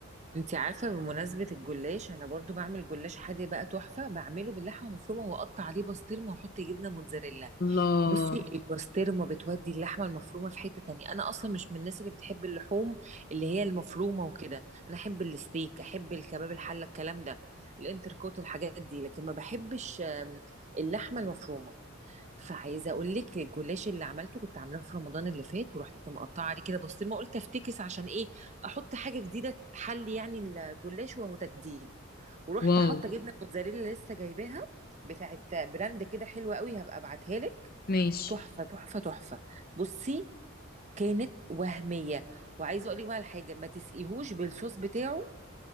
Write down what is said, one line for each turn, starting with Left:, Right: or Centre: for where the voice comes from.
Right: انت عارفه بمناسبه الجلاش انا برضو بعمل جلاش حادق بقى تحفه بعمله باللحمه المفرومه واقطع عليه بسطرمه واحط جبنه موتزاريلا
Left: الله
Right: بصي البسطرمه بتودي اللحمه المفرومه في حته تانية انا اصلا مش من الناس اللي بتحب اللحوم اللي هي المفرومه وكده انا احب الستيك احب الكباب الحله الكلام ده الانتركوت الحاجات دي لكن ما بحبش آم، اللحمه المفرومه فعايزه اقول لك الجلاش اللي عملته كنت عاملاه في رمضان اللي فات ورحت مقطعه عليه كده بسطرمه قلت افتكس عشان ايه احط حاجه جديده تحلي يعني الجلاش وهو تجديد ورحت
Left: واو
Right: حاطه جبنه موتزاريلا لسه جايباها بتاعت براند كده حلوه قوي هبقى ابعتها لك
Left: ماشي
Right: تحفة تحفة تحفة بصي كانت وهمية وعايزة اقول لك بقى على حاجة ما تسقيهوش بالصوص بتاعه